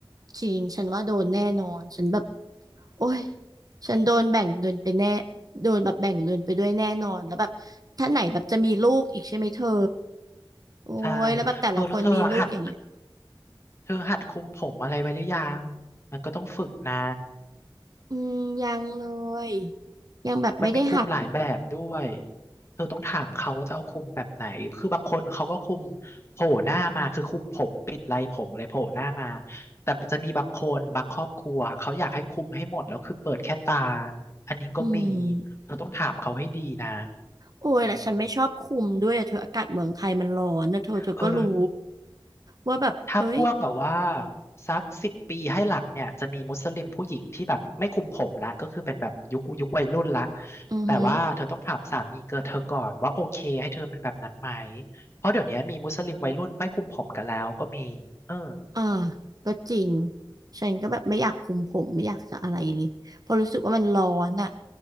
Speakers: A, on the right; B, on the left.
A: จริง ฉันว่าโดนแน่นอนฉันแบบโอ้ยฉันโดนแบ่งเงินไปแน่โดนแบบแบ่งเงินไปด้วยแน่นอนแล้วแบบถ้าไหนแบบจะมีลูกอีกใช่ไหมเธอ โอ้ยแล้วแบบแต่ละคนมีลูกอย่างเงี้ย
B: ใช่เธอแล้วเธอหัด เธอหัดคุมผมอะไรไว้หรือยัง มันก็ต้องฝึกนะ
A: อืมยังเลยยังแบบไม่ได้หัด
B: มันมีคุมหลายแบบด้วยเธอต้องถามเขาว่าจะเอาคุมแบบไหน คือบางคนเขาก็คุมโผล่หน้ามาคือคุมผมปิดไรผมเลยโผล่หน้ามาแต่มันจะมีบางคนบางครอบครัวเขาอยากให้คุมให้หมดแล้วคือเปิดแค่ตาอันนี้ก็มี
A: อืม
B: เธอต้องถามเขาให้ดีนะ
A: โอ้ยแล้วฉันไม่ชอบคุมด้วยอะเธออากาศเมืองไทยมันร้อนนะเธอเธอก็รู้
B: อืมเออ
A: ว่าแบบเอ้ย
B: ถ้าพวกแบบว่าสักสิบปีให้หลังเนี่ยจะมีมุสลิมผู้หญิงที่แบบไม่คุมผมละก็คือเป็นแบบยุคยุควัยรุ่นละ
A: อือฮึ
B: แต่ว่าเธอต้องถามสามีเกิดเธอก่อนว่าโอเคให้เธอเป็นแบบนั้นไหมเพราะเดี๋ยวนี้มีมุสลิมวัยรุ่นไม่คุมผมกันแล้วก็มีเออ
A: อ่าก็จริงฉันก็แบบไม่อยากคุมผมไม่อยากจะอะไรเลยเพราะรู้สึกว่ามันร้อนอะ